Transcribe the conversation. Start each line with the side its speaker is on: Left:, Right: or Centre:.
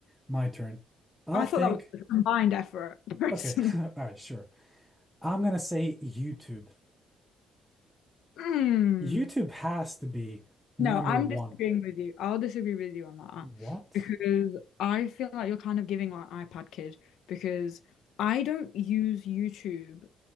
Centre: My turn. I
Left: I
Centre: think.
Left: thought that was a combined effort, <laughs> personally.
Centre: Okay. <laughs> All right. Sure. I'm gonna say YouTube.
Left: Mm.
Centre: YouTube has to be number
Left: No, I'm
Centre: one.
Left: disagreeing with you. I'll disagree with you on that
Centre: What?
Left: because I feel like you're kind of giving like iPad kid because I don't use YouTube